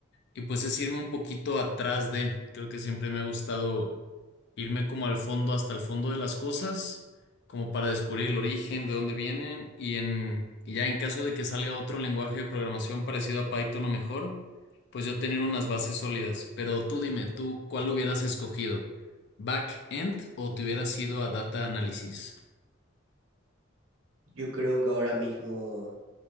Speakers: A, on the left (about 60°); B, on the right (about 75°).
A: y pues es irme un poquito atrás de, creo que siempre me ha gustado irme como al fondo, hasta el fondo de las cosas, como para descubrir el origen, de dónde vienen, y en, y ya en caso de que salga otro lenguaje de programación parecido a Python o mejor, pues yo tener unas bases sólidas. Pero tú dime, ¿tú cuál hubieras escogido? ¿Back-end o te hubieras ido a data análisis?
B: Yo creo que ahora mismo,